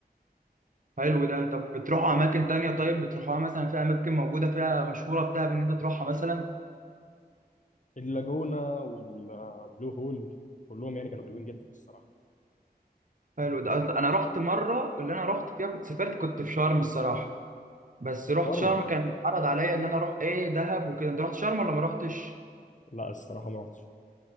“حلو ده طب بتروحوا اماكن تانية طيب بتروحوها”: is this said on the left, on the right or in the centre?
Right